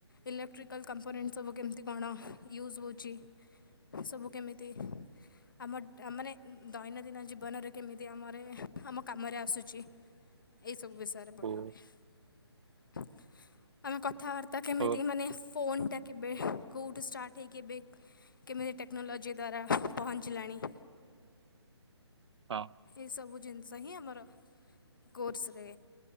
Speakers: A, on the left (about 50°); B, on the right (about 75°).
A: ଇଲେକ୍ଟ୍ରିକାଲ୍ କମ୍ପୋନେଣ୍ଟ ସବୁ କେମିତି କଣ ୟୁଜ୍ ହେଉଛି। ସବୁ କେମିତି। ଆମ ମାନେ ଦୈନନ୍ଦିନ ଜୀବନରେ କେମିତି ଆମର ଏ ଆମ କାମରେ ଆସୁଚି। ଏଇ ସବୁ ବିଷୟରେ ପଢାହୁଏ।
B: ହଁ
A: ଆମେ କଥ ଥାବାର୍ତ୍ତା କେମିତି
B: ହଉ
A: ମାନେ ଫୋନ୍ଟା କେବେ କୋଉଠୁ ଷ୍ଟାର୍ଟ ହେଇ କେବେ କେମିତି ଟେକ୍ନୋଲୋଜି ଦ୍ଵାରା ପହଞ୍ଚିଲାଣି।
B: <inaudible> ହଉ
A: ଏଇସବୁ ଜିନିଷ ହିଁ ଆମର କୋର୍ସରେ